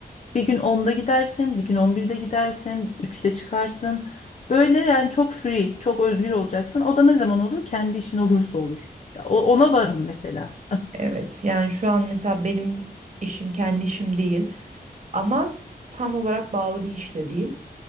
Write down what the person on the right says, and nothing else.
Evet yani şu an mesela benim işim kendi işim değil ama tam olarak bağlı bir iş de değil.